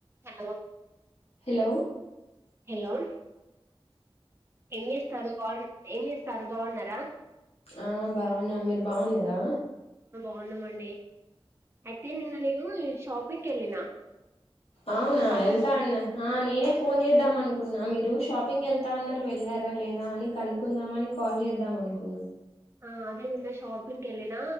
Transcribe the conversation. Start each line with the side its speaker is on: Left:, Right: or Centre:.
Right: Hello
Left: hello
Right: hello ఏం చేస్తారు బావు ఏం చేస్తారు బావున్నారా?
Left: ఆ బావున్నామ్ మీరు బావున్నారా?
Right: వున్నామండి అయితే నిన్న నేను షాపింగ్కి వెళ్ళిన
Left: అవునా
Right: షాపింగ్
Left: ఎళ్తా అన్న ఆ నేనే ఫోన్ చేద్దాం అనుకున్నా మీరు షాపింగ్ వెళ్తా అన్నారు వెళ్ళారా, లేదా అని కనుక్కుందామని కాల్ చేద్దాం. మనకు
Right: ఆ అదే నిన్న షాపింగ్కి వెళ్ళిన